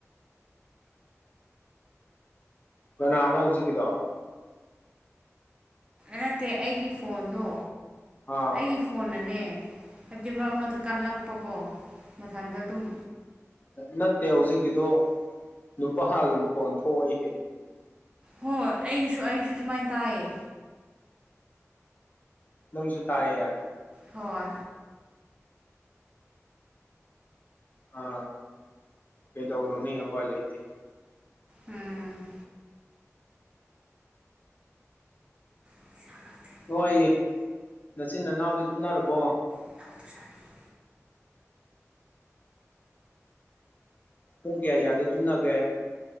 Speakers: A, on the left; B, on the right.
A: ꯀꯅꯥꯥꯅꯣ ꯍꯧꯖꯤꯛꯀꯤꯗꯣ
B: ꯅꯠꯇꯦ ꯑꯩꯒꯤ ꯐꯣꯟꯗꯣ
A: ꯑꯥ
B: ꯑꯩꯒꯤ ꯐꫭꯟꯅꯅꯦ ꯍꯥꯏꯕꯗꯤ ꯃꯔꯛ ꯃꯔꯛ ꯀꯟꯅꯛꯄꯀꯣ ꯃꯊꯟꯗꯥ ꯑꯗꯨꯝ
A: ꯅꯠꯇꯦ ꯍꯧꯖꯤꯛꯀꯤꯗꯣ ꯅꯨꯄꯥꯒꯤ ꯃꯈꯣꯟ ꯊꯣꯛꯏꯍꯦ
B: ꯍꯣꯏ ꯑꯩꯒꯤꯁꯨ ꯑꯩꯁꯨ ꯁꯨꯃꯥꯏꯅ ꯇꯥꯏꯌꯦ
A: ꯅꯪꯁꯨ ꯇꯥꯏꯌꯦ
B: ꯍꯣꯏ
A: ꯑ ꯀꯗꯧꯔꯨꯅꯤ ꯎꯄꯥꯏ ꯂꯩꯇꯦ
B: ꯎꯝ <unintelligible>
A: ꯅꯣꯏ ꯅꯆꯤꯟ ꯅꯅꯥꯎꯗꯤ ꯇꯨꯝꯅꯔꯕꯣ
B: <unintelligible>
A: ꯄꯨꯡ ꯀꯌꯥ ꯌꯥꯗ ꯇꯨꯝꯅꯒꯦ